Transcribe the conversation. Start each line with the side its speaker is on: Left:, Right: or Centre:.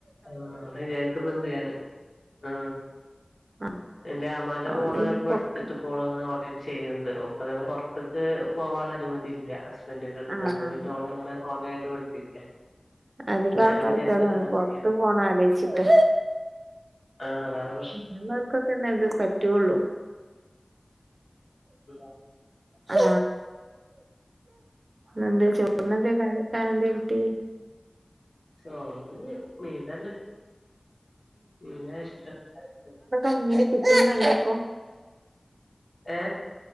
Left: ആ അങ്ങനെ വിചാരിക്കുന്നുണ്ട് ഞാന്. ആ.
Right: ആഹ്
Left: എന്റെ അമ്മാന്റെ
Right: അതുകൊണ്ട്
Left: മോള് അങ്ങനെ
Right: പിന്നെ
Left: പഠിച്ചിട്ട്
Right: പൊക്കെ
Left: ഇപ്പങനെ ഓൺലൈൻനിൽ ചെയ്യുന്നുണ്ട്. <unintelligible> ക്ക് പോകാനുള്ള അനുമതി ഇല്ല ഹസ്ബൻഡ് <unintelligible> അപ്പൊ പുറത്ത് ക്ക് പോവാൻ അനുമതി ഇല്ല ഹസ്ബൻ്റ് ഗൾഫിലാ
Right: ആഹ്
Left: അപ്പൊപിന്നെ ഓള് അങ്ങനെഓൺലൈനായിട്ട് പഠിപ്പിക്കാ
Right: അതിലിപ്പം
Left: ഞാനും വിചാരിക്കണ്ട്
Right: <unintelligible>
Left: അങ്ങനെ
Right: പൊറത്ത്
Left: ചെയ്യാൻ
Right: പോണോന്ന് ആലോചിച്ചിട്ട്
Left: ആ അതാണ്
Right: ങ്ങൾക്കൊക്കെന്നെ ഇത് പറ്റുള്ളൂ
Left: <unintelligible>
Right: ആ ഇന്നെന്തേ ചോറിന് എന്തേ കറി വെയ്ക്കാൻ എന്തേകിട്ടി?
Left: ചോറിന് മീൻ തന്നെ മീനാ ഇഷ്ടം എല്ലാവർക്കും.
Right: അങ്ങനെ കിട്ടുന്നുണ്ടോ ഇപ്പം?
Left: ഏ?